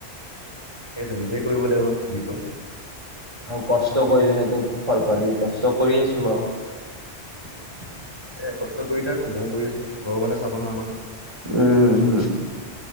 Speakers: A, on the left; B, on the right.
A: সেইটো নিজেই কৰিব লাগিব য কওঁ
B: আৰু কষ্ট কৰিলেহেতো ফল পাবি কষ্ট কৰি আছো বাৰু
A: এ, কষ্ট কৰি থাক ময়ও কৰি আছো ঘৰৰ মানে চাব নহয় আমাক
B: উম